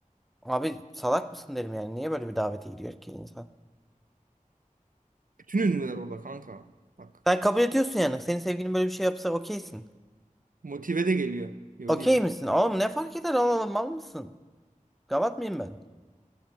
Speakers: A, in the centre; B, on the right.
A: Abi salak mısın derim yani. Niye böyle bir davete gidiyor ki insan?
B: Bütün ünlüler orada kanka. Bak.
A: Sen kabul ediyorsun yani. Senin sevgilin böyle bir şey yapsa okeysin.
B: Motive de geliyor. Yo
A: Okey
B: değilim.
A: misin? Oğlum ne fark eder? Oğlum mal mısın? Gavat mıyım ben?